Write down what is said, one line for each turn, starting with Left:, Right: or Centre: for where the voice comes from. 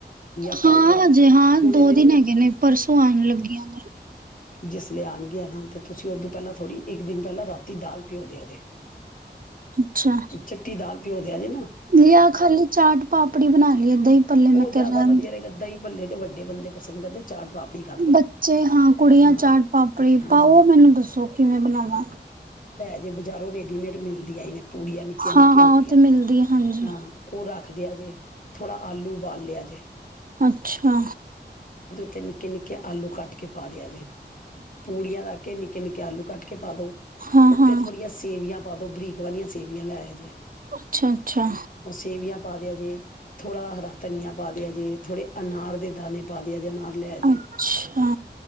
Left: ਜਾਂ
Right: ਹਾਂ
Left: ਕੱਲ ਵੱਲ
Right: ਹਜੇ ਹਾਂ
Left: ਹੁਣੇ
Right: ਦੋ
Left: ਤੇ
Right: ਦਿਨ ਹੈਗੇ ਨੇ ਪਰਸੋਂ ਆਉਣ ਲੱਗੀਆਂ ਨੇ।
Left: ਜੈਸ ਲਿਆ ਆਉਣਗੀਆਂ ਨਾ ਤੇ ਤੁਸੀਂ ਉਧੋਂ ਪਹਿਲਾਂ ਥੜ੍ਹੀ ਇੱਕ ਦਿਨ ਪਹਿਲਾਂ ਰੱਖ ਦਾਲ ਭਿਓ ਦਿਆਜੇ
Right: ਅੱਛਾ
Left: ਇੱਕ ਚਿੱਟੀ ਦਾਲ ਭਿਓ ਦਿਆ ਜੇ ਨਾ
Right: ਜਾਂ ਖਾਲੀ ਚਾਟ ਪਾਪ ੜੀ ਬਣਾ ਲਈਏ। ਦਹੀਂ ਭੱਲੇ ਮੈਂ
Left: ਉਹ ਜ਼ਿਆਦਾ
Right: ਕਹਿ ਰਿਹਾ
Left: ਵਧੀਆ ਨੇ ਗੱਦਾ ਹੀ ਬੱਲੇ ਦੇ ਵੱਡੇ ਬੰਦੇ ਪਸੰਦ ਕਰਦੇ ਚਾਟ ਪਾਪੜੀ ਕਰ ਲਓ
Right: ਬੱਚੇ ਹਾਂ ਕੁੜੀਆਂ
Left: ਹਾਂ
Right: ਚਾਟ ਪਾਪੜੀ
Left: ਹਾਂ
Right: ਪਾਓ ਮੈਨੂੰ ਦੱਸੋ ਕਿਵੇਂ ਬਣਾਵਾਂ।
Left: ੇ ਬਜ਼ਾਰੋਂ ਰੇਡੀਮੇਡ ਮਿਲਦੀਆਂ ਨੇ। ਪੂੜੀਆਂ ਨਿੱਕੀਆਂ
Right: ਹਾਂ-ਹਾਂ
Left: ਨਿੱਕੀਆਂ ਹੁੰਦੀਆਂ
Right: ਉਹ ਤੇ ਮਿਲਦੀ
Left: ਨੇ
Right: ਹੈ ਹਾਂਜੀ
Left: ਹਾਂ ਘਰਾ ਰੱਖਦੇ ਆ ਜੇ ਥੋੜਾ। ਆਲੂ ਉਬਾਲਿਆ ਜੇ
Right: ਅੱਛਾ
Left: ਤੇ ਨਿੱਕੇ ਨਿੱਕੇ ਆਲੂ ਕੱਟ ਕੇ ਪਾ ਦਿਆ ਜੇ ਪੂੜੀਆਂ ਰੱਖ ਕੇ ਨ ਨਿੱਕੇ ਨਿੱਕੇ ਆਲੂ ਕੱਟਕੇ ਕੇ ਪਾ ਦੋ
Right: ਹਾਂ-ਹਾਂ
Left: ਉੱਤੇ ਥੋੜੀਆਂ ਸੇਵੀਆਂ ਪਾ ਦੋ ਬਰੀਕ ਇੱਕ ਵਾਲੀਆਂ ਸੇਵੀਆਂ ਲਾ ਜੇ
Right: ਅੱਛਾ-ਅੱਛਾ
Left: ਉਹ ਸੇਵੀਆਂ ਪਾ ਦਿਆ ਜੇ ਥੋੜਾ ਹਰਾ ਧਨੀਆ ਪਾ ਦਿਆ ਜੇ ਥੋੜੇ ਅਨਾਰ ਦੇ ਦਾਣੇ ਪਾ ਦੇ ਆ ਜੇ ਅਨਾਰ ਲੈ ਜੇ
Right: ਅੱਛਾ